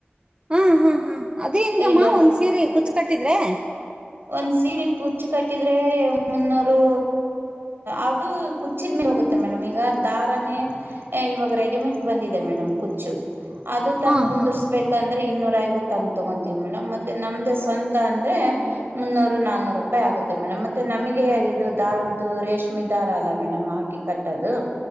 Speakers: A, on the right (about 25°); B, on the right (about 60°).
A: ಹಾ ಹಾ ಹಾ ಅದು ಹೆಂಗಮ್ಮ
B: ಈಗ
A: ಒಂದ್ ಸೀರಿ ಕುಚ್ಚ ಕಟ್ಟಿದ್ರೆ.
B: ಒಂದ್ ಸೀರಿ ಕುಚ್ಚಿ ಕಟ್ಟಿದ್ರೆ ಮುನ್ನೂರು ಅದು ಕುಚ್ಚಿನ ಮೇಲ ಹೋಗುತ್ತ. ಮೇಡಮ್ ಈಗ ದಾರಾನೆ ಇವಾಗ ರೆಡಿಮೆಂಟ್ ಬಂದಿದೆ ಮೇಡಮ್ ಕುಚ್ಚು. ಅದು ತಂದ
A: ಹಾ
B: ಕುಂದರ್ಸ್ಬೇಕಂದ್ರ.
A: ಹಾ
B: ಇನ್ನೂರ ಐವತ್ತಂಗ ತಗೋಂತೀವಿ ಮೇಡಮ್ ಮತ್ತೆ ನಮ್ದೇ ಸ್ವಂತ ಅಂದ್ರೆ ಮುನ್ನೂರು ನಾನೂರು ರೂಪಾಯಿ ಆಗುತ್ತೆ ಮೇಡಮ್ ಮತ್ತೆ ನಮಗೆ ಇದು ದಾರದ್ದು ರೇಷ್ಮೆ ದಾರ ಅಲ್ಲಾ ಮೇಡಮ್ ಕಿ ಕಟ್ಟದು